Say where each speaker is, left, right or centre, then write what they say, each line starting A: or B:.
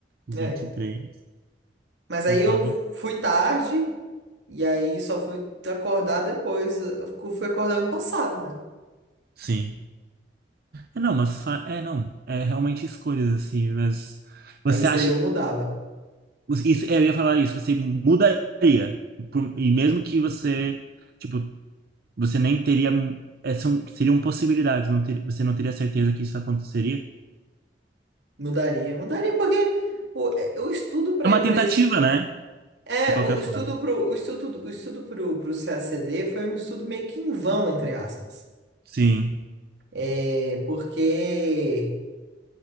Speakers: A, on the right; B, on the right.
A: 23,
B: é. Mas aí
A: eu tava.
B: eu fui tarde e aí só fui acordar depois, eu fui acordar ano passado, né?
A: Sim. É, não, mas fa- é, não. É realmente escolhas, assim. Mas você
B: Aí isso
A: acha.
B: daí eu mudava.
A: você- Isso, eu ia falar isso. Você mudaria. por- e mesmo que você. Tipo, você nem teria. é, são, seriam possibilidades. Não ter, você não teria certeza que isso aconteceria.
B: Mudaria, mudaria porque o, é, o estudo para
A: É uma tentativa,
B: para esse
A: né?
B: é
A: De qualquer
B: o
A: forma.
B: estudo pro o estudo o estudo pro, pro C C A C D foi um estudo meio que em vão, entre aspas.
A: Sim.
B: É, porque